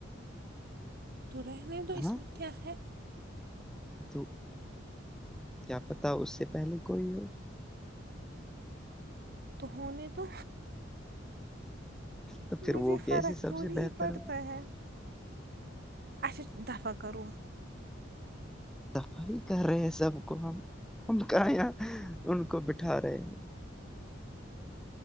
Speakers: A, on the right; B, in the centre.
A: تو رہنے دو
B: ہاں
A: اس میں کیا ہے
B: تو کیا پتا اس سے پہلے کوئی ہو
A: تو ہوں نے دو
B: تو پھر
A: مجھے
B: وہ
A: فرق
B: کیسے سب
A: تھوڑی
B: سے بہتر
A: ہی پڑتا
B: ہو
A: ہے اچھا دفع کرو
B: دفع ہی کر رہے ہیں سب کو ہم ہم کہاں یہاں ان کو بیٹھا رہے ہیں